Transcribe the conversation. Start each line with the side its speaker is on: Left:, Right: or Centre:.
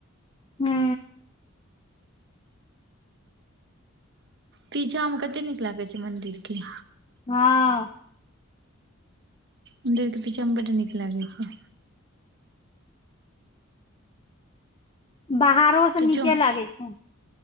Left: हू।
Right: पीछा मे कते नीक लागैत छै। मंन्दिर के
Left: हँ।
Right: मंदिर के पीछा में बड नीक लागे छै।
Left: बाहरो से
Right: पीछू
Left: नीके लागे छै।